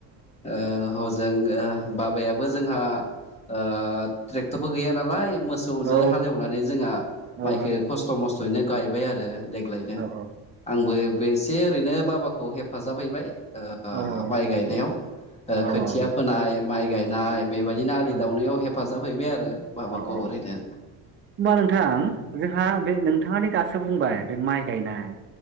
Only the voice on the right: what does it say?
औ
औ
औ औ
औ
औ
औ
औ
औ औ होनबा
नोंथां जोंहा बे नोंथाङानि दासो बुंबाय बे माइ गायनाय